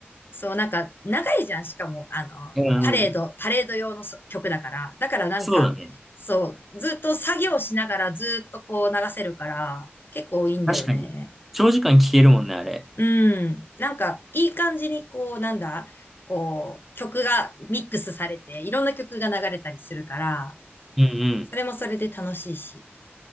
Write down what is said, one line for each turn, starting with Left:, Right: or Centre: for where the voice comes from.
Left: そう、なんか長いじゃん。しかも、あの、
Centre: うんうん。
Left: パレード、パレード用のそ曲だから。だからなんか、
Centre: そうだね。
Left: そう、ずっと作業しながらずっとこう流せるから、結構いいんだよね。
Centre: 確かに。長時間聞けるもんね、あれ。
Left: うん。なんか、いい感じに、こう、なんだ、こう、曲がミックスされて、いろんな曲が流れたりするから、
Centre: うんうん。
Left: それもそれで楽しいし。